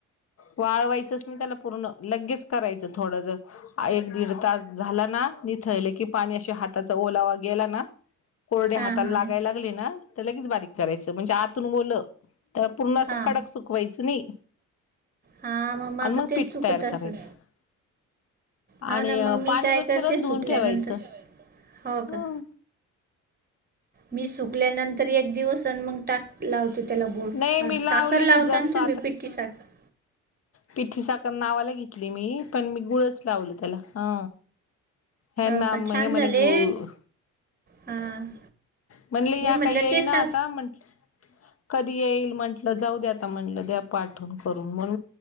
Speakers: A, on the left; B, on the right.
A: वाळवायचच नाही त्याला पूर्ण लगेच करायचं थोडं ज दीड तास झाला ना निथळले की पाणी अे हाताचा ओलावा गेला ना कोरडे
B: हा
A: हाताला
B: हा
A: लागाय
B: हा.
A: लागले ना तर लगेच बारीक करायचं म्हणजे आ तून गलं त्या पूर्ण अस
B: हा.
A: कडक सुकवायचं नाही
B: हा माझं
A: आणि मग
B: तेच
A: पीठ
B: चुकत
A: तयार
B: असेल
A: करायचं
B: हो
A: आणि
B: ना मग मी
A: पाणी
B: काय
A: रोजच्या
B: करते
A: रोज
B: सुकल्यानंतर
A: धुवून ठेवायचं
B: हो का
A: ह
B: मी सुकल्यानंतर एक दिवसन मग टाक लावते त्याला गुड
A: नाही मी लावले
B: साखर
A: मी
B: लावता
A: जसं
B: ना तुम्ही पिट्टी साखर
A: पिठ्ठी साखर नावाला घेतली मी पण मी गुळच लावल त्याला अ ह
B: हो
A: नाम
B: का छान
A: हे म्हणे
B: झाले
A: गुु
B: हां
A: म्हणली
B: मी
A: या
B: म्हटलं
A: काही येई
B: तेच
A: ना आता म्हट कधी येईल म्हंटलं जाऊ द्या आता म्हटलं द्या पाठवून करून मण